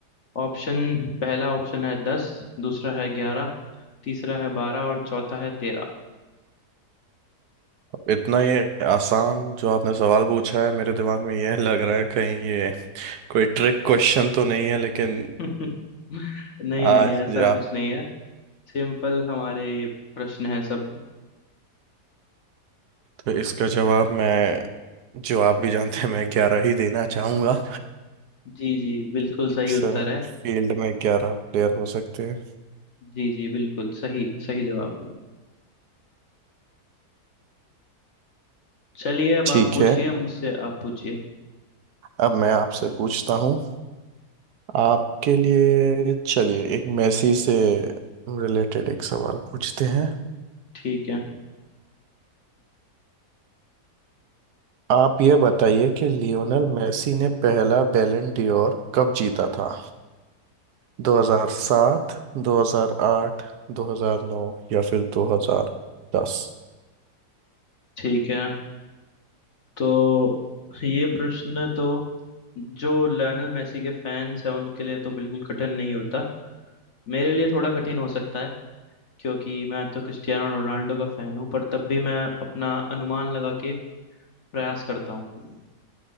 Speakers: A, on the left; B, on the right.
A: ऑप्शन पहला ऑप्शन है दस दूसरा है ग्यारह तीसरा है बारह और चौथा है तेरह
B: इतना ये आसान जो आपने सवाल पूछा है मेरे दिमाग में यह लग रहा है कहीं ये कोई ट्रिक क्वेश्चन तो नहीं है लेकिन
A: <laughs> नहीं
B: आज
A: नहीं ऐसा
B: जी आप
A: कुछ नहीं है सिंपल हमारे ये प्रश्न है सब
B: तो इसका जवाब मैं जो आप भी जानते हैं मैं ग्यारह ही देना चाहूंगा
A: जी जी बिल्कुल
B: एक
A: सही
B: समय
A: उत्तर है
B: फील्ड में ग्यारह प्लेयर हो सकते हैं
A: जी जी बिल्कुल सही सही जवाब चलिए अब
B: ठीक
A: आप पूछिए
B: है
A: मुझसे आप पूछिए
B: अब मैं आपसे पूछता हूँ आपके लिए चलिए एक मेसी से रिलेटेड एक सवाल पूछते हैं
A: ठीक है
B: आप ये बताइए कि लियोनेल मेसी ने पहला बैलन डी'ओर कब जीता था 2007 2008 2009 या फिर 2010
A: ठीक है तो ये प्रश्न तो जो लायनल मेसी के फैंस हैं उनके लिए तो बिल्कुल कठिन नहीं होता मेरे लिए थोड़ा कठिन हो सकता है क्योंकि मैं तो क्रिस्टियानो रोनाल्डो का फैन हूँ पर तब भी मैं अपना अनुमान लगा के प्रयास करता हूँ